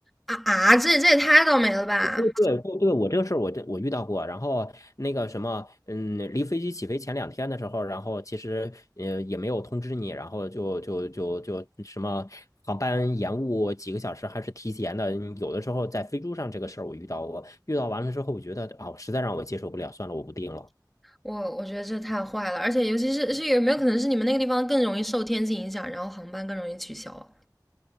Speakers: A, in the centre; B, on the left (about 45°).
A: 啊啊，这这也太倒霉了吧，
B: 对对对，我这个事儿我这我遇到过，然后那个什么，嗯，离飞机起飞前两天的时候，然后其实呃也没有通知你，然后就就就就什么航班延误几个小时还是提前的，有的时候在飞猪上这个事儿我遇到过，遇到完了之后我觉得啊，实在让我接受不了，算了，我不订了。
A: 我我觉得这太坏了，而且尤其是是有没有可能是你们那个地方更容易受天气影响，然后航班更容易取消啊？